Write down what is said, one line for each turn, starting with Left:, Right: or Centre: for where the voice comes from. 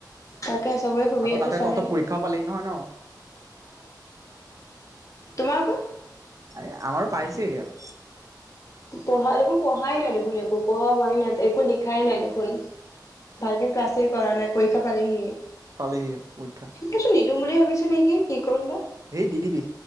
Left: তাকে চবৰে সুবিধাটো
Right: আকৌ তাতে
Left: চালেহে
Right: তহঁতৰ পৰীক্ষাও পালেহি নহয় ন?
Left: তোমাৰ আকৌ
Right: এই আমাৰো পাইছেই আৰু
Left: পঢ়া দেখোন, পঢ়াই নাই দেখোন, একো পঢ়া হোৱাই নাই, একো লিখাই নাই দেখোন। ভালকে ক্লাছে কৰা নাই। পৰীক্ষা পালেহিয়ে
Right: পালেহিয়ে পৰীক্ষা
Left: সেইটো নিদিম বুলি ভাবিছো নেকি, কি কৰিম বা
Right: হেই দিদিবি,